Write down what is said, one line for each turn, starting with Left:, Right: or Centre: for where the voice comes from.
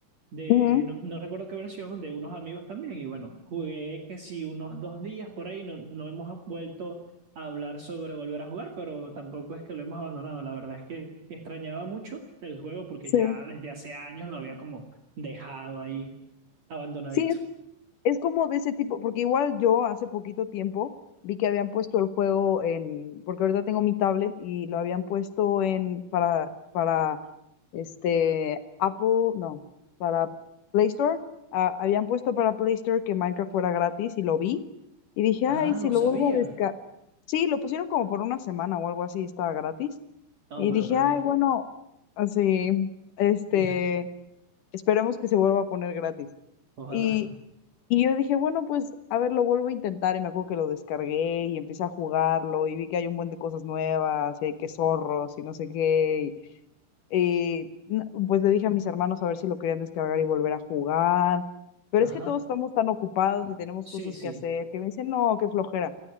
Right: de,
Left: ujú,
Right: no, no recuerdo qué versión, de unos amigos también, y bueno, jugué que sí unos dos días por ahí, no, no hemos vuelto a hablar sobre volver a jugar, pero tampoco es que lo hemos abandonado, la verdad es que extrañaba mucho el juego porque
Left: Sí.
Right: ya desde hace años lo había como dejado ahí, abandonadito.
Left: Sí, es como de ese tipo, porque igual yo hace poquito tiempo vi que habían puesto el juego en, porque ahorita tengo mi tablet y lo habían puesto en para para este Apple, no, para Play Store, ah, habían puesto para Play Store que Minecraft fuera gratis y lo vi y dije,
Right: Ah,
Left: "Ay, si
Right: no
Left: lo
Right: sabía.
Left: vuelvo a descargar." Sí, lo pusieron como por una semana o algo así, estaba gratis.
Right: Ah,
Left: Y
Right: me
Left: dije,
Right: lo perdí.
Left: "Ay, bueno, así este,
Right: <laughs>
Left: esperemos que se vuelva a poner gratis."
Right: Ojalá.
Left: y y yo dije, bueno, pues a ver, lo vuelvo a intentar. Y me acuerdo que lo descargué y empecé a jugarlo y vi que hay un buen de cosas nuevas y hay que zorros y no sé qué eh, n- pues le dije a mis hermanos a ver si lo querían descargar y volver a jugar. Pero
Right: Ajá.
Left: es que todos estamos tan ocupados y tenemos
Right: Sí,
Left: cosas
Right: sí.
Left: que hacer que me dicen, no, qué flojera.